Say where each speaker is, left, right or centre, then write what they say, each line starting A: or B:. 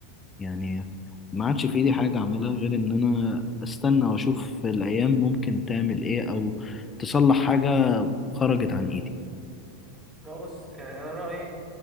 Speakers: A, on the left; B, on the right.
A: يعني ما عادش في ايدي حاجه اعملها غير ان انا استنى واشوف الايام ممكن تعمل ايه او تصلح حاجه خرجت عن ايدي
B: ما هو بص يعني انا رايي